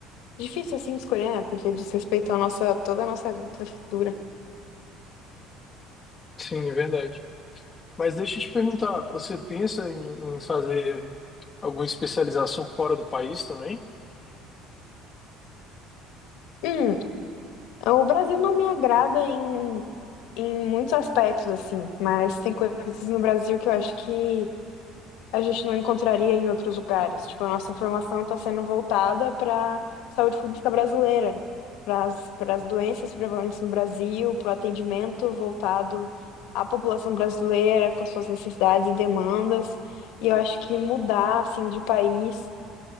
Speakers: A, on the left; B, on the left.
A: difícil, assim, de escolher, né? Porque diz respeito à nossa, toda a nossa vida futura.
B: Sim, é verdade. Mas deixa eu te perguntar, você pensa em, em fazer alguma especialização fora do país também?
A: Hum, o Brasil não me agrada em em muitos aspectos, assim, mas tem coisas no Brasil que eu acho que a gente não encontraria em outros lugares. Tipo, a nossa formação está sendo voltada para saúde pública brasileira, para as para as doenças prevalentes no Brasil, para o atendimento voltado à população brasileira, com as suas necessidades e demandas. E eu acho que mudar, assim, de país,